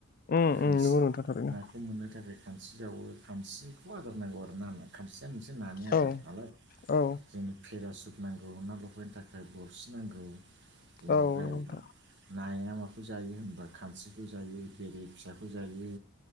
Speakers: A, on the left (about 40°); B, on the right (about 55°).
A: उम
B: खानस्रि
A: उम नंगौ नोंथां थारैनो
B: ना खौ मोननो थाखाय खानस्रि जावो खानस्रिखौ आदार नांगौ आर ना मा खामसिया मोनसे नानि आदार
A: औ
B: नालाय
A: औ
B: जोंनि पेरासुट नांगौ ना लफायनो थाखाय बरसि नांगौ बेनिफ्राय
A: औ नंगौ नोंथां
B: नाया माखौ जायो होनबा खानस्रिखौ जायो बेरे फिसाखौ जायो।